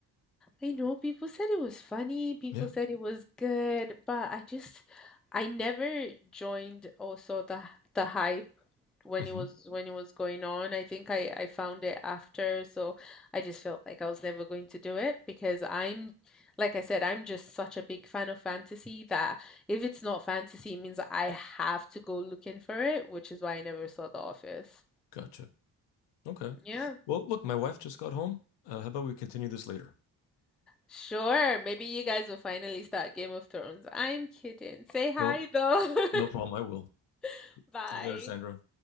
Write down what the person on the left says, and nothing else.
Yeah.
hmm
Gotcha. Okay.
Well, look, my wife just got home. Uh, how about we continue this later?
Well,
no problem. I will.
See you later, Sandra.